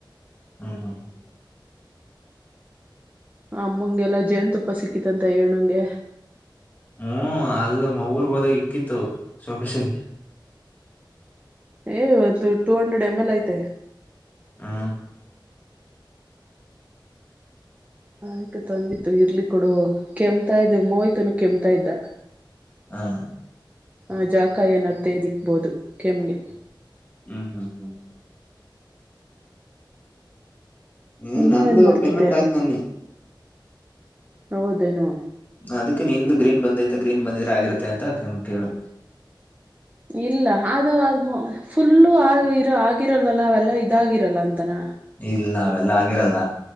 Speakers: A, on the left; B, on the right.
A: ಹ್ಮ ಹಾ ಹಾ
B: ಆಮ್ಮಂಗೆಲ್ಲ ಜಯನ್ ತುಪ್ಪ ಸಿಕ್ಕಿತಂತ ಏಣಂಗೆ
A: ಹ್ಮ್ ಅಲ್ಲಿ ಮಊರ್ ಹೋದಾಗ ಇಕ್ಕಿತ್ತು ಸೊಕಸಗ
B: ಏ ಒಂದು ಟೂ ಹಂಡ್ರೆಡ್ ಎಮ್ ಎಲ್ ಐತೆ
A: ಹಾ
B: ಆಯ್ಕ ತಂದಿತ್ತು ಇರ್ಲಿ ಕೊಡು ಕೆಮ್ತಾ ಇದ್ದ ಮೋಯ್ತುನು ಕೆಮ್ತಾ ಇದ್ದ
A: ಹಾ
B: ಆ ಜಾಕ ಏನತ್ತೆ ದಿಕ್ಬೋದು ಕೆಮ್ಗೆ
A: ಹ್ಮ್ ಹ್ಮ್ ಹ್ಮ್ ಹ
B: ಇನ್ನೇನ್
A: ನಂದು
B: ಮಾಡ್ತಿದ್ದೆ
A: ಪೇಮೆಂಟ್ ಆಯ್ತ್ು ನನ್ನಿ
B: ಹೌದೇನು
A: ಅದಕ್ಕೆ ನಿಂದು ಗ್ರೀನ್ ಬಂದೈತೆ ಗ್ರೀನ್ ಬಂದಿದ್ರ ಆಗಿರತ್ತೆ ಅಂತ ಕೇಳಿದೆ
B: ಇಲ್ಲ ಆದ ಫುಲ್ಲು ಆ ಇರ ಆಗಿರಲ್ದಲ್ಲ ಅವೆಲ್ಲ ಇದಾಗಿರಲ್ಲ ಅಂತಾನ
A: ಇಲ್ಲ ಅವೆಲ್ಲ ಆಗಿರಲ್ಲ